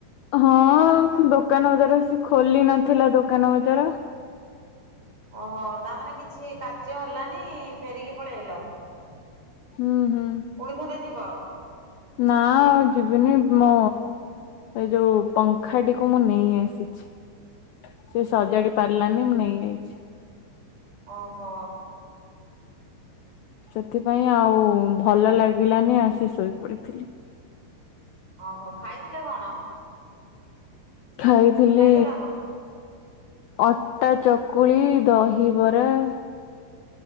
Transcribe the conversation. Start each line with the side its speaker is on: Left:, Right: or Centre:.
Left: ହଁ
Right: ହୁଁ
Left: ଦୋକାନ ବଜାରୁ ଆସି କି ଖୋଲି ନଥିଲା ଦୋକାନ ବଜାର
Right: ଓହୋ ତା ମାନେ କିଛି କାର୍ଯ୍ୟ ହେଲାନି ଫେରିକି ପଳେଇଆଇଲ <unintelligible>
Left: ହୁଁ ହୁଁ।
Right: ପୁଣି ଥରେ ଯିବ
Left: ନା ଆଉ ଯିବିନି ମୋ, ଏଇ ଯୋଉ ପଙ୍କ ଖାଡିକୁ ମୁଁ ନେଇ ଆସିଛି ସେ ସଜାଡି ପାରିଲାନି ମୁଁ ନେଇଆଇଛି
Right: ଓ ହ
Left: ସେଥିପାଇଁ ଆଉ ଭଲ ଲାଗେ ଲାଗିଲାନି ଆସି ଶୋଇ ପଡିଥିଲି,
Right: ଓହୋ ଖାଇଥିଲେ କଣ?
Left: ଖାଇଥିଲି
Right: ଖାଇଥିଲ କଣ
Left: ଅଟା ଚକୁଳି ଦହିବର ହୁଁ